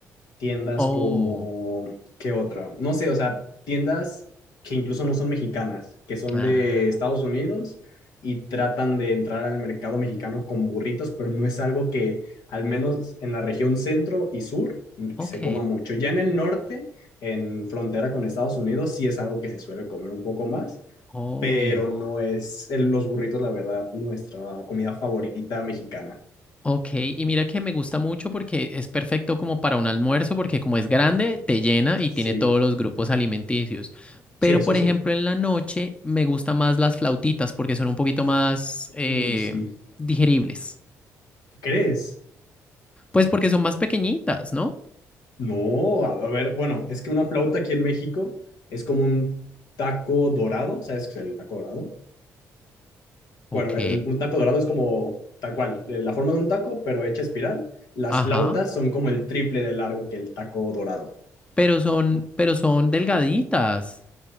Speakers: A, on the left; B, on the left.
A: tiendas
B: Oh,
A: como, ¿qué otra? No sé, o sea, tiendas que incluso no son mexicanas, que son
B: ah,
A: de Estados Unidos y tratan de entrar al mercado mexicano con burritos, pero no es algo que al menos en la región centro y sur
B: ok,
A: se coma mucho. Ya en el norte, en frontera con Estados Unidos, sí es algo que se suele comer un poco más,
B: obvio.
A: pero no es el- los burritos, la verdad, nuestra comida favorita mexicana.
B: Ok, y mira que me gusta mucho porque es perfecto como para un almuerzo, porque como es grande, te llena y
A: Sí,
B: tiene todos los grupos alimenticios. Pero,
A: sí, eso
B: por
A: sí.
B: ejemplo, en la noche me gustan más las flautitas porque son un poquito más eh,
A: Uy, sí.
B: digeribles.
A: ¿Crees?
B: Pues porque son más pequeñitas, ¿no?
A: No, a, a ver, bueno, es que una flauta aquí en México es como un taco dorado, ¿sabes qué es el taco dorado?
B: Ok,
A: Bueno, el- un taco dorado es como tal cual, eh, la forma de un taco, pero hecha espiral. Las
B: ajá.
A: flautas son como el triple de largo que el taco dorado.
B: Pero son, pero son delgaditas.